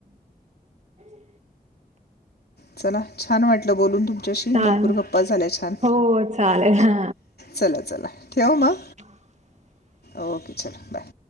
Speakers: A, on the right; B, on the left.
A: <unintelligible>
B: चला छान वाटलं बोलून तुम च्याशी
A: चाल
B: भरपूर गप्पा झाल्या छान
A: हो चालेल हा
B: चला चला ठेव म.
A: <unintelligible>
B: ओके चल बाय.